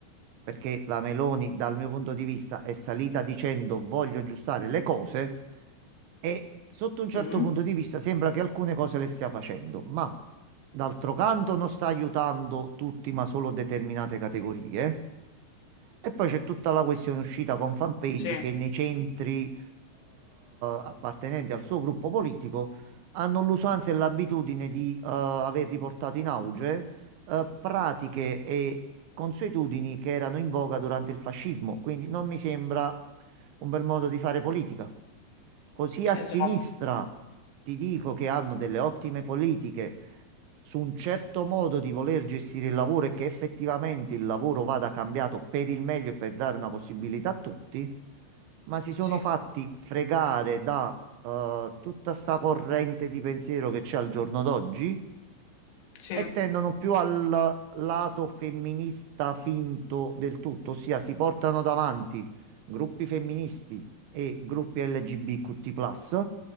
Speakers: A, on the right; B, on the left.
A: perché la Meloni, dal mio punto di vista, è salita dicendo voglio aggiustare le cose. E sotto un certo
B: Mm.
A: punto di vista sembra che alcune cose le stia facendo, ma d'altro canto non sta aiutando tutti, ma solo determinate categorie. E poi c'è tutta la questione uscita con fanpage
B: Sì,
A: che nei centri eh, appartenenti al suo gruppo politico hanno l'usanza e l'abitudine di eh, aver riportato in auge eh, pratiche e consuetudini che erano in voga durante il fascismo. Quindi non mi sembra un bel modo di fare politica. Così a sinistra
B: esatto,
A: ti dico che hanno delle ottime politiche su un certo modo di voler gestire il lavoro e che effettivamente il lavoro vada cambiato per il meglio e per dare una possibilità a tutti, ma si sono
B: sì,
A: fatti fregare da eh, tutta sta corrente di pensiero che c'è al giorno d'oggi
B: sì,
A: e tendono più al lato femminista finto del tutto, ossia si portano davanti gruppi femministi e gruppi LGBTQ+,